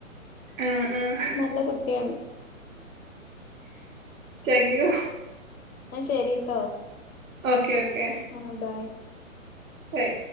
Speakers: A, on the right; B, on the left.
A: ആഹ് ആഹ്
B: നല്ല കുട്ടിയാണ്
A: താങ്ക് യൂ
B: ന്ന ശരീട്ടോ
A: ഓക്കെ ഓക്കെ
B: ആഹ് ബൈ
A: ഹയ്